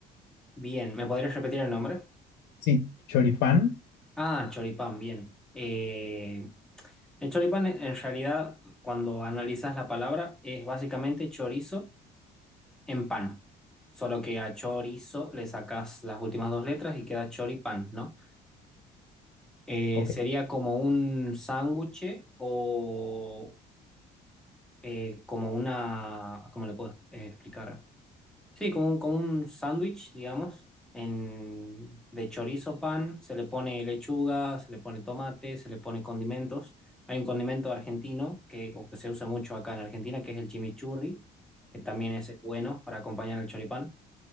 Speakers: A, in the centre; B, on the left (about 80°).
A: Bien, ¿me podrías repetir el nombre?
B: Sí, choripán.
A: Ah, choripán, bien. Eh, el choripán, en en realidad, cuando analizas la palabra, es básicamente chorizo en pan. Solo que a chorizo le sacas las últimas dos letras y queda choripán, ¿no? Eh,
B: Ok.
A: sería como un sándwich o eh, como una, ¿cómo le puedo eh, explicar? Sí, como un, como un sándwich, digamos, en, de chorizo pan, se le pone lechuga, se le pone tomate, se le pone condimentos. Hay un condimento argentino que, o que se usa mucho acá en Argentina, que es el chimichurri, que también ese es bueno para acompañar el choripán.